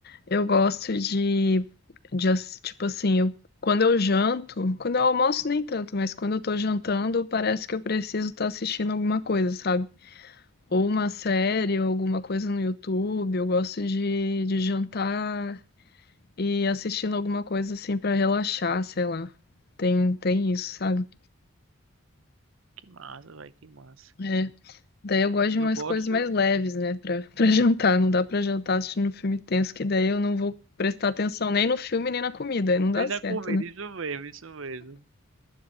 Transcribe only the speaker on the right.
Que massa, velho, que massa.
Eu
gosto
nem
da comida,
isso mesmo, isso mesmo.